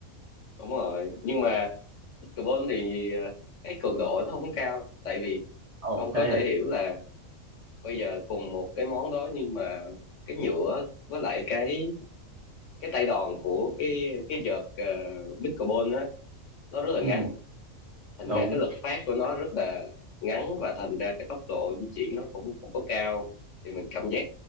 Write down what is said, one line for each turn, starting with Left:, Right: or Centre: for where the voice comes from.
Left: đúng rồi nhưng mà pickleball thì ờ, cái cường độ nó không cao tại vì
Right: ồ
Left: ông có
Right: thế
Left: thể
Right: à
Left: hiểu là bây giờ cùng một cái món đó nhưng mà cái nhựa với lại cái cái tay đòn của cái cái vợt uh, pickleball á nó rất là ngắn
Right: ừ
Left: thành
Right: đúng
Left: ra cái lực phát của nó rất là ngắn và thành ra cái tốc độ di chuyển nó cũng không có cao thì mình cảm giác